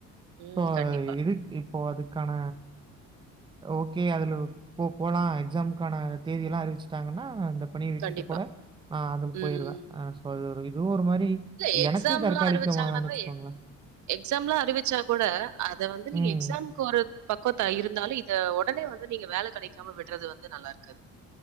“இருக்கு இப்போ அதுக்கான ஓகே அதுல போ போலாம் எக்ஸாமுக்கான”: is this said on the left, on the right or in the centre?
Right